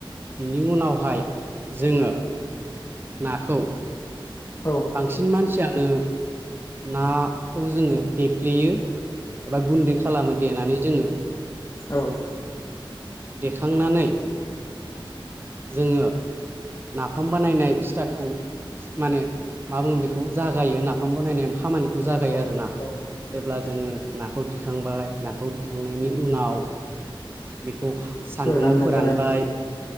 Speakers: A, on the right (about 25°); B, on the left (about 35°).
A: बिनि उनावहाय जोंङ नाखौव
B: औ
A: बांसिन मानसियानो नाखौ जोंङो देफ्लेयो? एबा गुन्दै खालामो देनानै जोंङो।
B: औव
A: देखांनानै जोंङो नाफाम बानायनाय स्टारटखौ माने मा बुंङो बेखौ जागायो नाफाम नाफाम बानायनाया खामानिखौ जागायो
B: औ
A: आरो ना।
B: औ
A: जेब्ला जोंङो नाखौ दिखांबाय नाखौ दिखांनायनि उनाव बेखौ सान्दुं
B: फोराननाय
A: आव फोरानबाय।
B: जाबाय